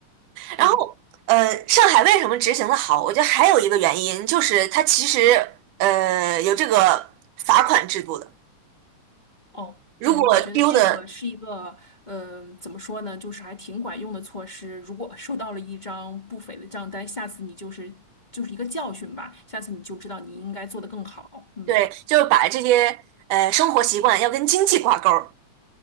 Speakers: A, on the right; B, on the left.
A: 然后，
B: 对。
A: 呃，上海为什么执行的好？我觉得还有一个原因就是它其实呃有这个罚款制度的。
B: 哦，
A: 如果丢的，
B: 对，我觉得这个是一个，嗯，怎么说呢，就是还挺管用的措施。如果收到了一张不菲的账单，下次你就是就是一个教训吧，下次你就知道你应该做得更好。嗯，
A: 对，就是把这些呃生活习惯要跟经济挂钩儿，